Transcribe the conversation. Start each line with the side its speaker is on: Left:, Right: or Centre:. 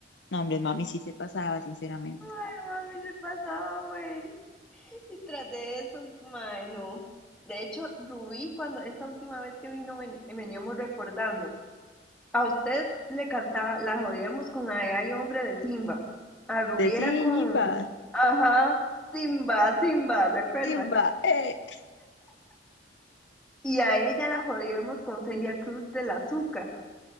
Left: No, hombre, mami sí se pasaba, sinceramente.
Centre: Ay, mami, se pasaba, güey. Y tras de eso, mae, no. De hecho, Rubí, cuando esta última vez que vino, ven- veníamos recordando, a usted le cantaba, la jodíamos con la de Ay Hombre de Simba. A Rubí
Left: De Simba,
Centre: era con, ajá, Simba, Simba, ¿se acuerda?
Left: Simba, ¡eh!
Centre: Y a ella la jodíamos con Celia Cruz de la Zuca.